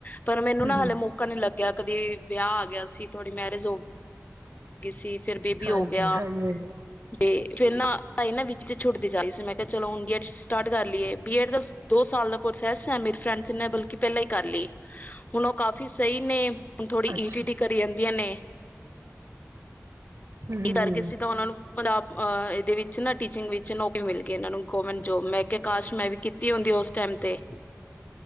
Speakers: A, on the left; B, on the right.
A: ਪਰ ਮੈਨੂੰ
B: ਹਮ
A: ਨਾ
B: ਹਮ
A: ਹਾਲੇ ਮੌਕਾ ਨੀ ਲੱਗਿਆ ਕਦੀ ਵਿਆਹ ਆ ਗਿਆ ਸੀ ਥੋੜ੍ਹੀ ਮੈਰਿਜ ਹੋ ਗਈ ਲੱ ਗਈ ਸੀ ਫਿਰ ਬੇਬੀ
B: ਹਾਂਜੀ
A: ਹੋ ਗਿਆ
B: ਹਾਂਜੀ ਹਾਂਜੀ
A: ਤੇ ਫਿਰ ਨਾ ਤਾਂ ਵਿੱਚ ਛੁੱਟਦੀ ਜਾ ਰਹੀ ਸੀ ਮੈਂ ਕਿਹਾ ਚਲੋ ਹੁ ਬੀਡ ਸਟਾਰਟ ਕਰ ਲਈਏ ਬੀਡ ਦਾ ਦੋ ਸਾਲ ਦਾ ਪ੍ਰੋਸੈਸ ਹੈ ਮੇ ਫਰਡ ਨੇ ਬਲਕਿ ਪਹਿਲਾਂ ਹੀ ਕਰ ਲਈ ਹੁਣ ਉਹ ਕਾਫੀ ਸਹੀ ਨੇ ੁਣ ਥੋੜੀ
B: ਅੱਛਾ
A: ਈਟ ਈ ਕਰੀ ਜਾਂਦੀਆਂ ਨੇ
B: ਹੂੰ ਹੂੰ
A: ਕੀ ਕਰਕੇ ਸੀ ਤਾਂ ਉਹਨਾਂ ਨੂੰ ਪੰਜਾਬ ਅਹ ਇਹਦੇ ਵਿੱਚ ਟੀਚਿੰਗ ਨੌਕਰੀ ਮਿਲ ਗਈ ਇਹਨਾਂ ਨੂੰ ਗਵੌਰਮੈਂਟ ਜੋਬ ਮੈਂ ਕਾਸ਼ ਮੈਂ ਵੀ ਕੀਤੀ ਤੀ ਹੁੰਦੀ ਉਸ ਟਾਈਮ 'ਤੇ